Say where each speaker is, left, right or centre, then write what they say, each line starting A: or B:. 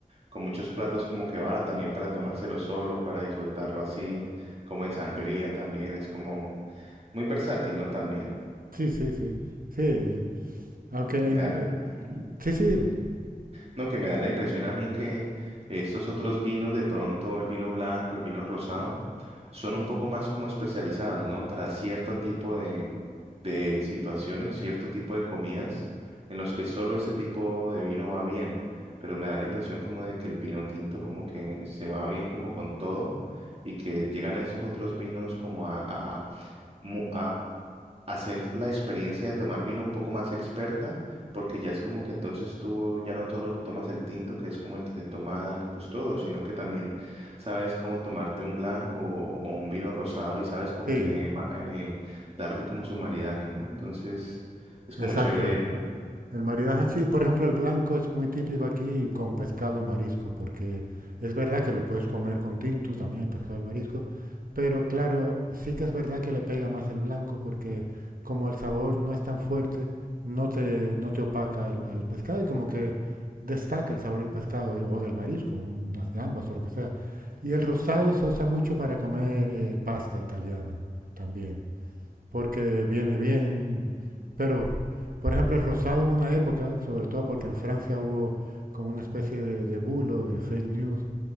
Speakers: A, on the right; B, on the right.
A: con muchos platos como que va, también para tomárselo solo, para disfrutarlo así, como en sangría también, es como muy versátil, ¿no? También.
B: Sí, sí, sí. Sí, aunque
A: Ya.
B: en... eh,
A: Ujú.
B: sí, sí, dime.
A: No, que me da la impresión a mí que estos otros vinos, de pronto el vino blanco, el vino rosado, son un poco más como especializados, ¿no? Para cierto tipo de, de situaciones, cierto tipo de comidas en los que solo ese tipo de vino va bien. Pero me da la impresión como de que el vino tinto como que se va bien como con todo y que llegan esos otros vinos como a, a, mu- a hacer la experiencia de tomar vino un poco más experta, porque ya es como que entonces tú ya no solo tomas el tinto, que es como el que se toma pues todo, sino que también sabes cómo tomarte un blanco o, o un vino rosado y sabes con
B: Sí,
A: qué ma- eh, darle como su maridaje, ¿no? Entonces es como
B: exacto.
A: chévere eso.
B: El maridaje, sí, por ejemplo, el blanco es muy típico aquí con pescado y marisco, porque es verdad que lo puedes comer con tinto también, el pescado y el marisco, pero claro, sí que es verdad que le pega más el blanco, porque como el sabor no es tan fuerte, no te, no te opaca el- al pescado y como que destaca el sabor del pescado y- o del marisco, unas gambas o lo que sea. Y el rosado se usa mucho para comer eh, pasta italiana también porque viene bien. Pero, por ejemplo, el rosado hubo una época, sobre todo porque en Francia hubo como una especie de, de bulo, de fake news,